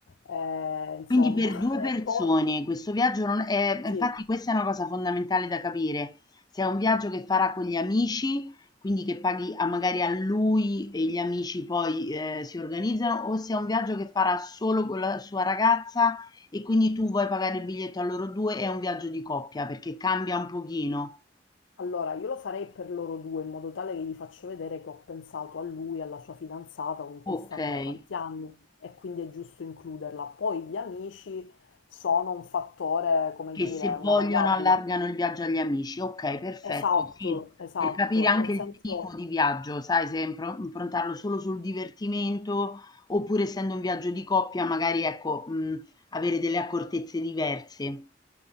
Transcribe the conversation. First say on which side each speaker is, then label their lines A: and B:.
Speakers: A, on the left (about 80°); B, on the left (about 20°).
A: eh, insomma,
B: Quindi per 2 persone
A: <laughs> e poi...
B: questo viaggio non è eh,
A: Sì,
B: infatti questa è una cosa fondamentale da capire. Se è un viaggio che farà con gli amici, quindi che paghi a magari a lui e gli amici poi, ehm, si organizzano, o se è un viaggio che farà solo con la sua ragazza e quindi tu vuoi pagare il biglietto a loro 2, è un viaggio di coppia perché cambia un pochino.
A: allora io lo farei per loro due in modo tale che gli faccio vedere che ho pensato a lui, alla sua fidanzata con cui
B: Okay.
A: stanno da tanti anni e quindi è giusto includerla. Poi gli amici sono un fattore, come
B: Che
A: dire,
B: se vogliono
A: una variabile.
B: allargano il viaggio agli amici. Okay, perfetto,
A: Esatto,
B: sì,
A: esatto,
B: per capire anche
A: nel
B: il
A: senso
B: tipo di viaggio, sai, se impro improntarlo solo sul divertimento, oppure essendo un viaggio di coppia magari, ecco, mhmm, avere delle accortezze diverse.